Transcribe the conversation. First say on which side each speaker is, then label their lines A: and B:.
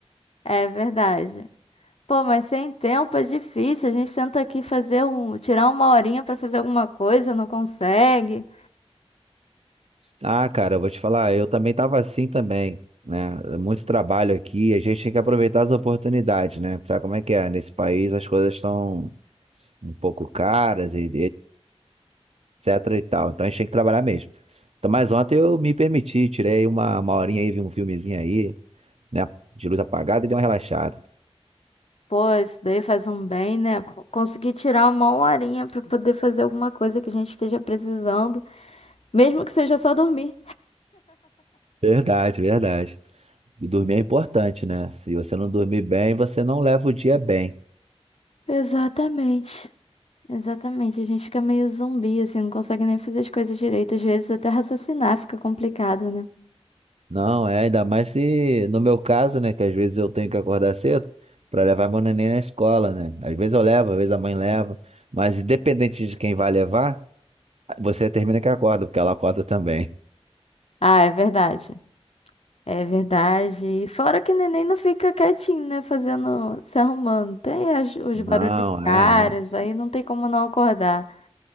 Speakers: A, on the left (about 65°); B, on the right (about 70°).
A: É verdade. Pô, mas sem tempo é difícil. A gente tenta aqui fazer um, tirar uma horinha pra fazer alguma coisa, não consegue.
B: Ah, cara, eu vou te falar, eu também tava assim também, né? É Muito trabalho aqui, a gente tem que aproveitar as oportunidades, né? Tu Sabe como é que é? Nesse país as coisas estão um pouco caras e etc e tal. Então a gente tinha que trabalhar mesmo. Então, mas ontem eu me permiti, tirei uma, uma horinha aí, vi um filmezinho aí, né? De luz apagada e dei uma relaxada.
A: Pô, isso daí faz um bem, né? Pô, Conseguir tirar uma horinha pra poder fazer alguma coisa que a gente esteja precisando, mesmo que seja só dormir.
B: Verdade, verdade. E dormir é importante, né? Se você não dormir bem, você não leva o dia bem.
A: Exatamente. Exatamente. A gente fica meio zumbi, assim, não consegue nem fazer as coisas direito. Às vezes até raciocinar fica complicado, né?
B: Não, é, ainda mais se, no meu caso, né, que às vezes eu tenho que acordar cedo para levar meu neném na escola, né? Às vezes eu levo, às vezes a mãe leva, mas independente de quem vai levar, você termina que acorda, porque ela acorda também.
A: Ah, é verdade. É verdade. E fora que o neném não fica quietinho, né? Fazendo, se arrumando. Tem as- os
B: Não,
A: barulhos diários,
B: é, é.
A: aí não tem como não acordar.